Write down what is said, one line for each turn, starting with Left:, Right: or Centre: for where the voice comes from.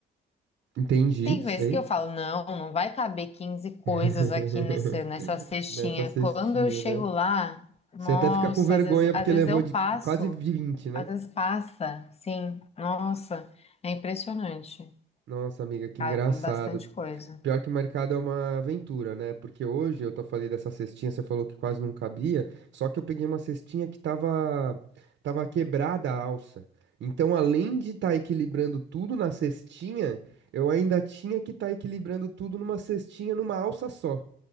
Right: Entendi,
Left: Tem
Right: sei.
Left: vezes que eu falo, não, não vai caber 15 coisas
Right: <laughs>
Left: aqui nesse, nessa cestinha.
Right: Nessa cestinha,
Left: Quando eu chego
Right: né?
Left: lá, nossa,
Right: Você até fica com vergonha
Left: às vezes, às
Right: porque
Left: vezes
Right: levou
Left: eu
Right: de
Left: passo,
Right: quase 20, né?
Left: às vezes passa, sim. Nossa, é impressionante.
Right: Nossa, amiga, que
Left: Cabe
Right: engraçado.
Left: bastante coisa.
Right: Pior que o mercado é uma aventura, né? Porque hoje eu tô falando dessa cestinha, você falou que quase não cabia, só que eu peguei uma cestinha que tava, tava quebrada a alça. Então, além de estar equilibrando tudo na cestinha, eu ainda tinha que estar equilibrando tudo numa cestinha, numa alça só.